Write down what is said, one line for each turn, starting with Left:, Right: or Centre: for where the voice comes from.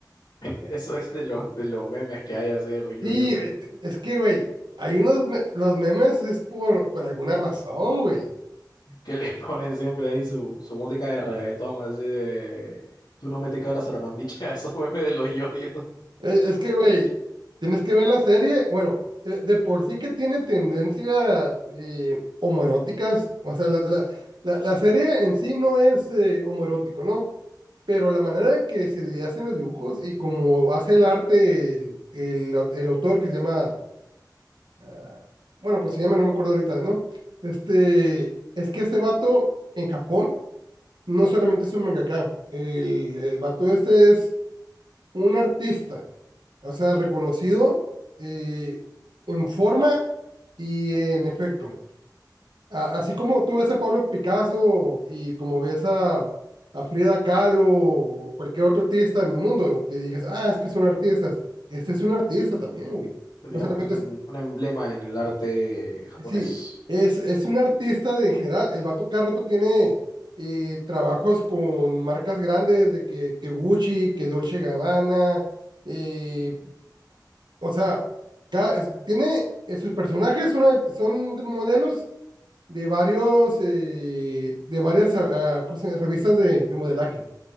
Left: <laughs> eso es de los, de los memes que hay así, de los yoyos
Right: Sí,
Left: siempre,
Right: güey, es que, güey, hay unos, me- los memes es por, por alguna razón, güey.
Left: <laughs> que les ponen siempre ahí su, su música de reggaetón así de... Tú no me te cabras a la mambicha, <laughs> esos memes de los yoyos.
Right: Es, es que, güey, tienes que ver la serie, bueno, eh, de por sí que tiene tendencias eh, homoeróticas, o sea, la, la, la, la serie en sí no es eh, homoerótico, ¿no? Pero la manera que se hacen los dibujos y como hace el arte el, el au- el autor que se llama ah, bueno, consígueme, no me acuerdo ahorita, ¿no? Este, es que ese vato en Japón no solamente es un mangaka, el, el vato este es un artista, o sea, reconocido eh, en forma y en efecto. A- así como tú ves a Pablo Picasso y como ves a, a Frida Kahlo o cualquier otro artista en el mundo, que digas, ah, es que son artistas, este es un artista también, güey.
Left: Digamos
Right: No solamente
Left: que es un, em- un emblema en el arte japonés.
Right: Sí, es, es un artista de, en general. El vato cada rato tiene eh, trabajos con marcas grandes de que, que Gucci, que Dolce Gabbana. eh, o sea, ca- es- tiene eh, sus personajes son, son de modelos de varios eh, de varias ah, ah, ¿cómo se llama? revistas de, de modelaje.